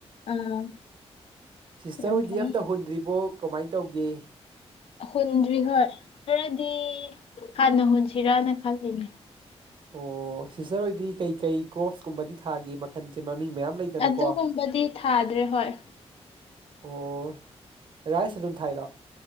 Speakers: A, on the left; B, on the right.
A: ꯑꯥ
B: ꯁꯤꯁꯇꯔ
A: ꯌꯥꯝ
B: ꯍꫭꯏꯗꯤ
A: ꯐꯩ
B: ꯑꯝꯇ ꯍꯨꯟꯗ꯭ꯔꯤꯕꯣ ꯀꯃꯥꯏꯅ ꯇꯧꯒꯦ
A: ꯍꯨꯟꯗ꯭ꯔꯤ ꯍꯣꯏ ꯈꯔꯗꯤ ꯍꯥꯟꯅ ꯍꯨꯟꯁꯤꯔꯅ ꯈꯜꯂꯤꯅꯦ
B: ꯑꯣ ꯁꯤꯁꯇꯔ ꯍꯣꯏꯗꯤ ꯀꯩꯀꯩ ꯀ꯭ꯔꯣꯞꯁꯀꯨꯝꯕꯗꯤ ꯊꯥꯒꯤ ꯃꯈꯜꯁꯦ ꯃꯃꯤꯡ ꯃꯌꯥꯝ ꯂꯩꯗꯅꯀꯣ
A: ꯑꯗꯨꯒꯨꯝꯕꯗꯤ ꯊꯥꯗ꯭ꯔꯦ ꯍꯣꯏ
B: ꯑꯣ ꯔꯥꯏꯁ ꯑꯗꯨꯨꯝ ꯊꯥꯏꯔꯣ